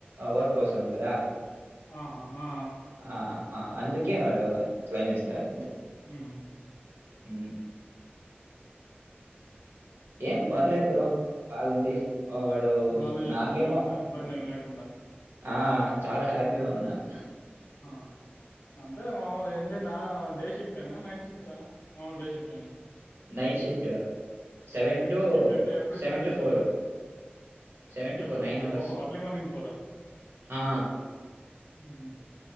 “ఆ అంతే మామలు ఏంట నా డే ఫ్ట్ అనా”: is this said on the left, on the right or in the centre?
Left